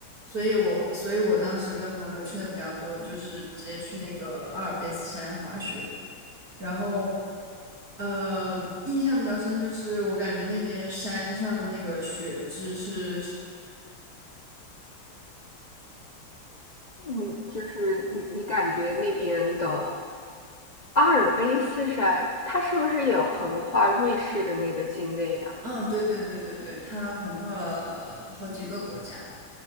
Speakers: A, on the right (about 45°); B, on the left (about 55°).
A: 所以我所以我当时跟朋友去的比较多，就是直接去那个阿尔卑斯山滑雪，然后。呃，印象比较深就是我感觉那边山上的那个雪质是
B: 嗯，就是你你感觉那边的阿尔卑斯山，它是不是也横跨瑞士的那个境内呀、
A: 嗯，对对对对对，它横跨了好几个国家。